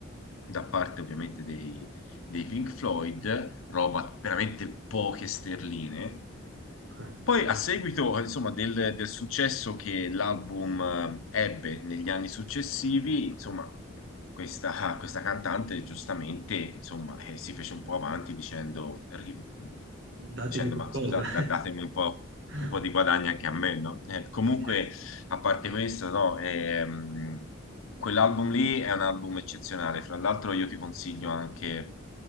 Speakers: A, on the left; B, on the right.
A: da parte ovviamente dei dei Pink Floyd, roba veramente poche sterline,
B: Eh,
A: poi a seguito, insomma, del, del successo che l'album eh, ebbe negli anni successivi, insomma, questa, questa cantante giustamente, insomma, eh, si fece un po' avanti dicendo, ri-
B: Datemi
A: dicendo,
B: qualcosa.
A: ma scusate, da- datemi un po',
B: <laughs>
A: un po' di guadagno anche a me, no? Eh, comunque,
B: Dice,
A: a parte questo, no, ehm, quell'album lì è un album eccezionale. Fra l'altro, io ti consiglio anche